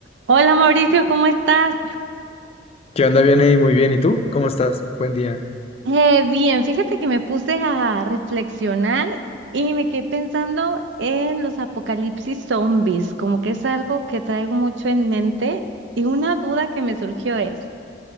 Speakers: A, on the right (about 70°); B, on the left (about 35°).
A: Hola Mauricio, ¿cómo estás?
B: ¿Qué onda, Vianey? Muy bien. ¿Y tú? ¿Cómo estás? Buen día.
A: Eh, bien, fíjate que me puse a reflexionar y me quedé pensando en los apocalipsis zombies, como que es algo que traigo mucho en mente y una duda que me surgió es,